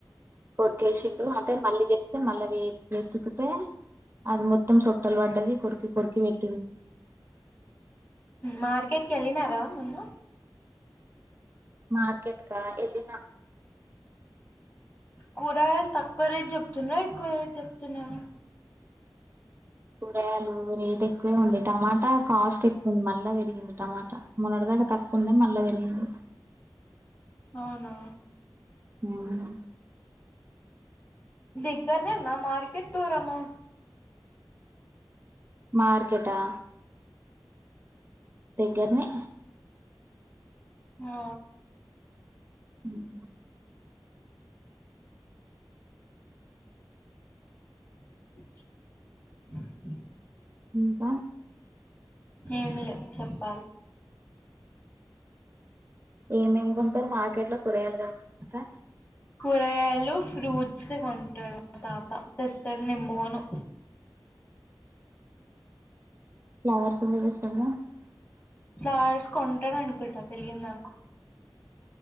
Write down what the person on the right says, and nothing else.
కోర్కేసిండు అంటే మళ్ళీ చెప్తే మళ్ళీవి వెతుకితే అది మొత్తం సొట్టల్ పడ్డది కొరుకి కొరుకి పే
మార్కెట్ కా ఎల్లినా
కూరగాయలు రేట్ ఎక్కువే ఉంది టమాటా కాస్ట్ ఎక్కువ ఉంది మళ్ళా పెరిగింది టమాటా మొన్నటి దాకా తక్కు ఉండే మళ్ళా పెరిగింది
అవును
మార్కెట్ ఆ దగ్గరనే
ఉం
ఇంకా
ఏమేమ్ కొంటారు మార్కెట్ లో కూరగాయలు గాక ఇంకా
ఫ్లావర్స్ వర ద స <unintelligible>